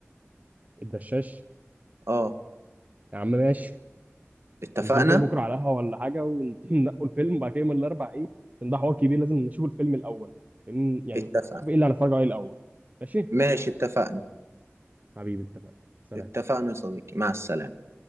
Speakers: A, on the right; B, on the right.
A: الدشاش
B: اه
A: يا عم ماشي
B: اتفقنا
A: ننزلوا كده بكره على قهوه ولا حاجه وننقوا <laughs> الفيلم وبعد كده يوم الاربع ايه عشان ده حوار كبير لازم نشوف الفيلم الاول لأن- يعني
B: اتفقنا
A: شوف ايه اللي هنتفرج عليه الاول ماشي
B: ماشي اتفقنا
A: حبيبي اتفقنا سلام
B: اتفقنا يا صديقي مع السلامة